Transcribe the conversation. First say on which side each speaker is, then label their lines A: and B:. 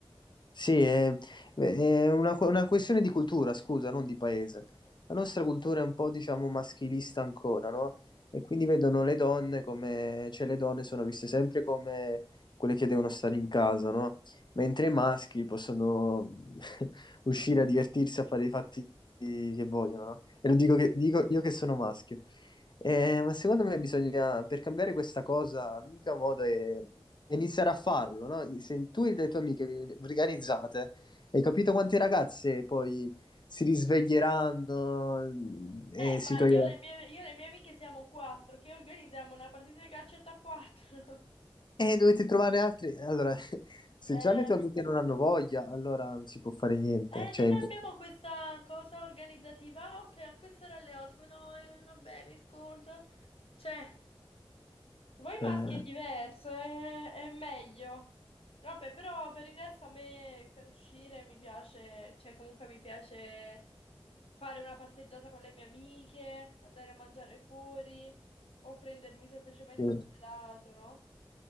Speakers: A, on the left; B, on the left.
A: sì, è, è una, una questione di cultura, scusa, non di paese. La nostra cultura è un po', diciamo, maschilista ancora, no? E quindi vedono le donne come, cioè le donne sono viste sempre come quelle che devono stare in casa, no? Mentre i maschi possono <laughs> uscire a divertirsi, a fare i fatti che vogliono, no? E lo dico, che- dico io che sono maschio. Eh, ma secondo me bisogna, per cambiare questa cosa, l'unico modo è e iniziare a farlo, no? Se tu e le tue amiche vi organizzate, hai capito quante ragazze poi si risveglieranno e
B: Eh, ma
A: si toglieranno?
B: io e le mie, io e le mie amiche siamo quattro, che organizziamo una partita di calcetto a quattro.
A: E dovete trovare altri. Allora, <laughs> se
B: <laughs> Eh...
A: già le tue amiche non hanno voglia, allora non si può fare niente.
B: Eh,
A: Cioè,
B: non
A: è impossibile.
B: abbiamo questa cosa organizzativa? Ok, a quest'ora alle 8, no, eh, vabbè, mi scuso. Cioè, voi
A: Eh,
B: maschi è diverso, è, è meglio. Vabbè, però per il resto a me per uscire mi piace, cioè comunque mi piace fare una passeggiata con le mie amiche, andare a mangiare fuori o prendermi semplicemente
A: sì.
B: un gelato, no?